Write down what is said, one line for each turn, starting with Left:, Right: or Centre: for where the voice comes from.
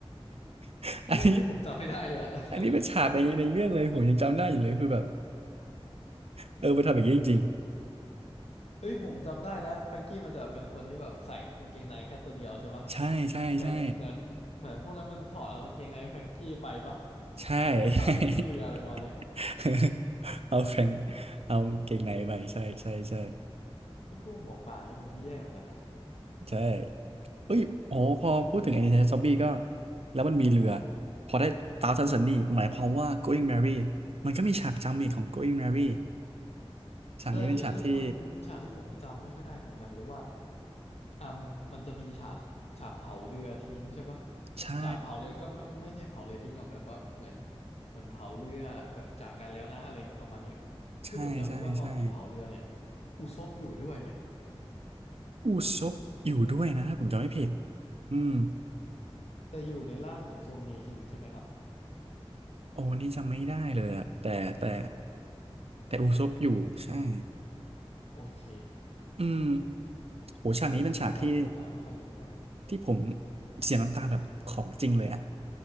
Right: <laughs> อันนี้
Left: เฮ้ยอันนี้ผมจำไม่ได้เลยอะ
Right: อันนี้เป็นฉากในในเรื่องเลยผมยังจำได้อยู่เลยคือแบบ
Left: <laughs>
Right: เออมันทำอย่างนี้จริง
Left: เอ้ยผมจำได้แล้วแฟรงกี้มันจะเป็นคนที่แบบใส่กางเกงในแค่ตัวเดียวใช่ปะ
Right: ๆใช่ใช่ใช่
Left: เหมือนเหมือนเหมือนพวกนั้นมันถอดเอากางเกงในแฟรงกี้ไปปะ
Right: ใช่
Left: เหมือนบังคับให้ขึ้นเรืออะไรประมาณเนี้ย
Right: <laughs> ใช่ <laughs> เอาแฟรงค์เอากางเกงในไปใช่ใช่ใช่
Left: ไอ้พวกหมวกฟางนี่มันก็แย่เหมือนกันนะ
Right: ใช่ เอ้ยโอ้พอพูดถึง Identity Zombie ก็แล้วมันมีเรือพอได้ Thousand Sunny หมายความว่า Going Merry มันก็มีฉากจำอีกของ Going Merry ฉากนี้เป็นฉากที่
Left: เอออันนี้อันนี้เป็นเป็นเป็นฉากที่ผมจำไม่ค่อยได้ผมอยากรู้ว่าอ่ามันจะมีฉากฉากเผาเรือทิ้งใช่ปะ
Right: ใช่
Left: ฉากเผาเรือก็ไม่ไม่ใช่เผาเรือทิ้งหรอกแบบว่าเหมือนเหมือนเผาเรือแบบจากกันแล้วนะอะไรประมาณเนี้ย
Right: ใช่ใช่ใช่
Left: คือผมอยากรู้ว่าตอนที่เผาเรือเนี่ยอุซบอยู่ด้วยไหม
Right: อูซบอยู่ด้วยนะถ้าผมจำไม่ผิดอืม
Left: แต่อยู่ในร่างของโซเงคิงใช่ไหมครับ
Right: โอ้นี่จำไม่ได้เลยอะแต่แต่แต่อูซบอยู่ใช่
Left: โอเค
Right: อืมโหฉากนี้เป็นฉากที่
Left: คือผมมันจำไม่ได้ว่าใครอยู่บ้าง
Right: ที่ผมเสียน้ำตาแบบของจริงเลยอะ